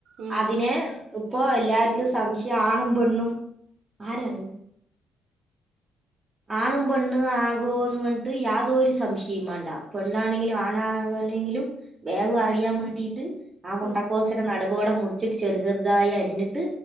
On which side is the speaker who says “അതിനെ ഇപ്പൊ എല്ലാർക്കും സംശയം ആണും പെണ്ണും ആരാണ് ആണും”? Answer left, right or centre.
Right